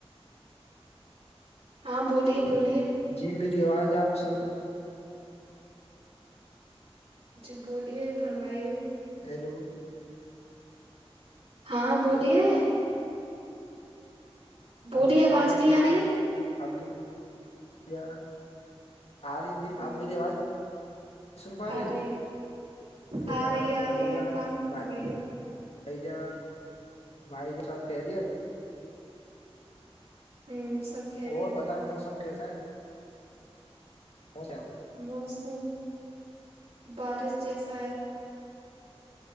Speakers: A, on the right; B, on the left.
A: ہاں بولیے بولیے
B: جی میری آواز آپ سن
A: جی بولیے فرمائیے
B: ہیلو
A: ہاں بولیے
B: ہیلو
A: بولیے
B: اب
A: آواز
B: امی
A: نہیں
B: جان
A: آ رہی ہے
B: ابو جان آ رہی م
A: ہ
B: آپ میری آواز سن پا رہے
A: آ
B: ہو
A: رہی
B: <inaudible>
A: ہے
B: امیدان
A: آ رہی ہے
B: ابوجان
A: آ رہی ہے کان پھاڑ
B: بھائی
A: رہی ہے
B: بھائی جان بھائی ج سب کہ رہی ہےت
A: ہوں سب خیریت
B: اور بتائیں
A: ہے
B: موسم کیسا ہے یہاں پہ
A: موسم بارش جیسا ہے